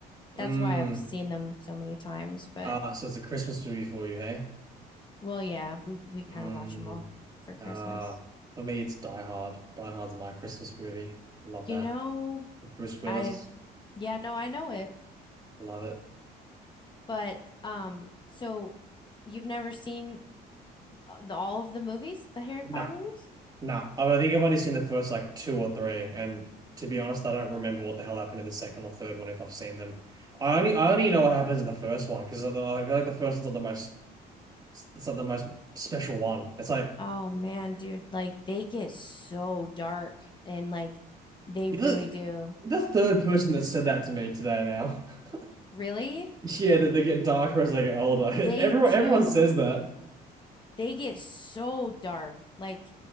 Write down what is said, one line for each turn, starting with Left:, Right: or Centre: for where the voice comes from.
Right: Mm.
Left: that's why I've seen them so many times. But
Right: Ah, so it's a Christmas movie for you, hey?
Left: well, yeah, we we kind
Right: Mm.
Left: of watch them all for Christmas.
Right: Ah, for me it's Die Hard. Die Hard's my Christmas movie. Love
Left: You
Right: that.
Left: know,
Right: With Bruce Willis.
Left: I've yeah, no, I know it.
Right: Love it.
Left: But um so you've never seen the, all of the movies, the Harry
Right: No,
Left: Potter movies?
Right: Nah, I think I've only seen the first like two or three, and to be honest, I don't remember what the hell happened in the second or third one if I've seen them. I only I only know what happens in the first one because I I feel like the first one's not the most it's not the most special one. It's like
Left: Oh man, dude, like they get so dark and like they
Right: you're
Left: really
Right: the,
Left: do.
Right: the third person that said that to me today now. <laughs>
Left: Really?
Right: Yeah, that they get darker as they get older. <laughs>
Left: They
Right: Everyone
Left: do.
Right: everyone says that.
Left: They get so dark. Like